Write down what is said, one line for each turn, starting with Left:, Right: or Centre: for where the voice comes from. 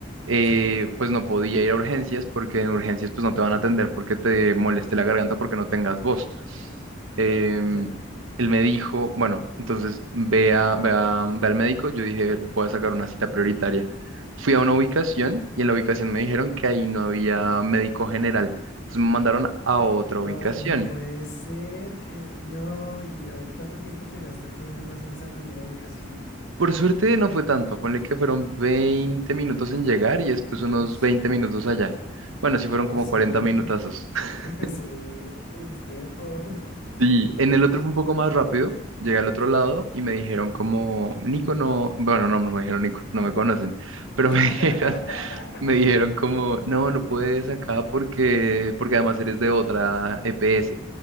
Right: eh,
Left: sí,
Right: pues no podía ir a urgencias porque en urgencias pues no te van a atender porque te moleste la garganta porque no tengas voz. Em,
Left: ya,
Right: él me dijo, bueno, entonces ve, a- ve a- ve al médico. Yo dije, voy a sacar una cita prioritaria. Fui
Left: sí.
Right: a una ubicación y en la ubicación me dijeron que ahí no había médico general. Entonces me mandaron a otra
Left: Ay,
Right: ubicación.
Left: no puede ser que... No, ¿y ahí cuánto tiempo te gastaste ahí nomás en esa primera ubicación?
Right: Por suerte no fue tanto, ponle que fueron 20 minutos en llegar y después
Left: Uy,
Right: unos 20 minutos allá. Bueno, sí
Left: ah,
Right: fueron como
Left: sí,
Right: 40 minutazos. <laughs>
Left: <laughs> sí, es tiempo. <laughs>
Right: Sí, en el otro fue un poco más rápido. Llegué al otro
Left: Sí.
Right: lado y me dijeron como, Nico, no, bueno, no, no me dijeron Nico, no me conocen, pero
Left: <laughs>
Right: me <laughs> dijeron Me dijeron como, no, no puedes acá porque, porque además eres de otra EPS.